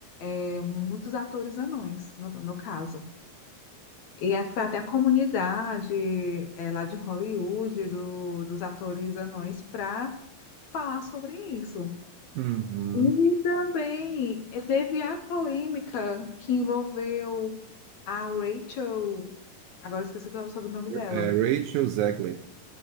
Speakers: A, on the left (about 65°); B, on the right (about 85°).
A: é, muitos atores anões, no, no caso. E é- foi até a comunidade é, lá de Hollywood, do- dos atores anões, para falar sobre isso.
B: Uhum.
A: E também é, teve a polêmica que envolveu a Rachel, agora eu esqueci do sobrenome dela,
B: É, Rachel Zegler.